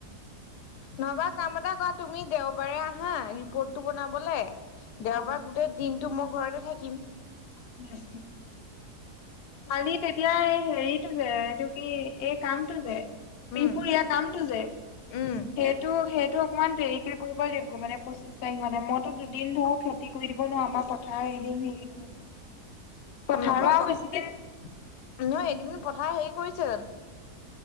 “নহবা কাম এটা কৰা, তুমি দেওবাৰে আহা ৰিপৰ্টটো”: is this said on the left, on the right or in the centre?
Left